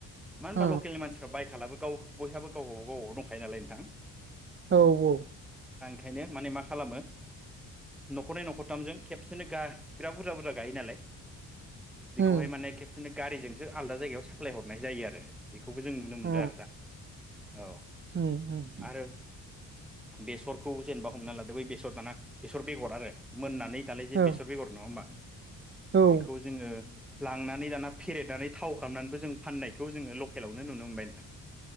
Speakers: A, in the centre; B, on the right.
A: मानो होनबा
B: अ
A: लकेलनि मानसिफ्रा बायखालाबो । गाव बयहाबो गावबागाव गावबागाव दंखायो नालाय नोंथां।
B: औ औ
A: खायनो माने मा खालामो न'खरनै न'खरथामजों खेबसेनो गा बिराद बुरजा बुरजा गायो नालाय। बेखौहाय
B: उम
A: माने खेबसेनो गारिजों सो आलदा जायगायाव साप्लाय हरनाय जायो आरो बेखौबो जों नुनो मोनदों
B: अ
A: आरो दा। औ
B: उम उम।
A: आरो बेसरखौ जेनेबा हमनानै लादो बै बेसर दाना बेसर बेगर आरो मोननानै दालाय जे
B: औ
A: बेसर बेगर नङा होमबा।
B: औ
A: बेखौ जोङो लांनानै दाना फेरेदनानै थाव खालामनानैबो जों फाननायखौ जोङो लकेलावनो नुनो मोनबाय नोंथां।